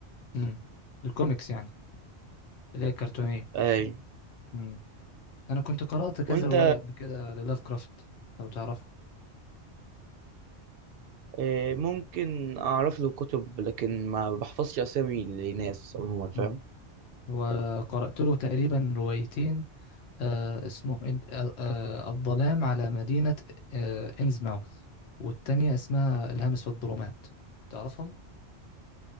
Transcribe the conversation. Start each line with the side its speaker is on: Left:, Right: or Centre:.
Left: امم الكوميكس يعني اللي هي الكرتونية
Right: اي
Left: امم انا كنت قرأت كذا
Right: وانت
Left: رواية قبل كده للاف كرافت لو تعرفه
Right: إيه ممكن اعرف له كتب لكن ما بحفظش اسامي لناس عموما فاهم
Left: امم وقرأت له تقريبا روايتين آه اسمهم إن- آه آه، الظلام على مدينة آه إنزماوث والتانية اسمها الهامس في الظلمات تعرفهم؟